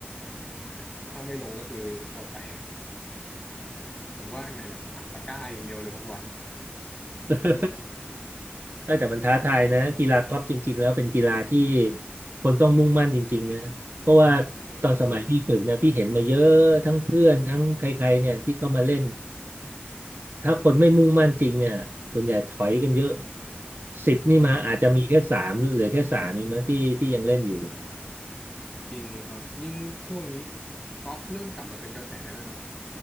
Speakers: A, in the centre; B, on the right.
A: อ่าถ้าไม่ลงก็คืออดไปผมว่าอันนั้นแหละอัดตะกร้าอย่างเดียวเลยวัน
B: <laughs> เออแต่มันท้าทายนะกีฬากอล์ฟจริงๆแล้วเป็นกีฬาที่คนต้องมุ่งมั่นจริงๆนะเพราะว่า
A: ๆใช่ครับ
B: ตอนสมัยพี่ฝึกนะพี่เห็นมาเยอะทั้งเพื่อนทั้งใครๆเนี่ยที่เข้ามาเล่น ถ้าคนไม่มุ่งมั่นจริงเนี่ยส่วนใหญ่ถอยกันเยอะสิบนี่มาอาจจะมีแค่สามเหลือแค่สามเองมั้งที่ที่ยังเล่นอยู่
A: อ่าจริงครับยิ่งช่วงนี้กอล์ฟเริ่มกลับมาเป็นกระแสด้วยครับ